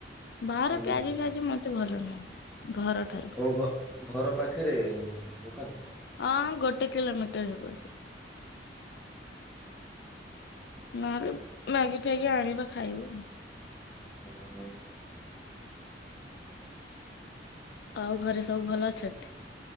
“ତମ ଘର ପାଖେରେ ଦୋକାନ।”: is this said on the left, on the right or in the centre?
Centre